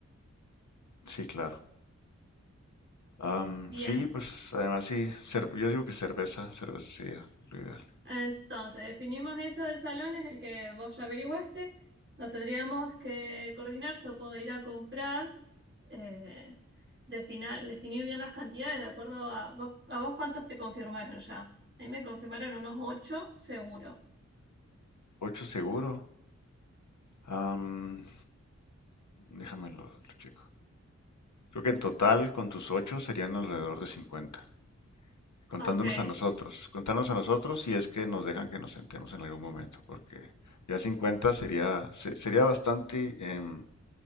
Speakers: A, on the left; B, on the right.
A: Sí, claro. Am,
B: Bien,
A: sí, pues además sí, cer- yo digo que cerveza, cerveza sería lo ideal.
B: entonces definimos eso del salón, es el que vos ya averiguaste. Nos tendríamos que coordinar, yo puedo ir a comprar, eh, defina- definir bien las cantidades, de acuerdo a vos, a vos cuántos te confirmaron ya. A mí me confirmaron unos ocho, seguro.
A: Ocho seguro. Am, déjamelo, lo checo. Creo que en total con tus ocho serían alrededor de 50, contándonos
B: Ok.
A: a nosotros. Contándonos a nosotros si es que nos dejan que nos sentemos en algún momento, porque ya 50 sería, se- sería bastante... em,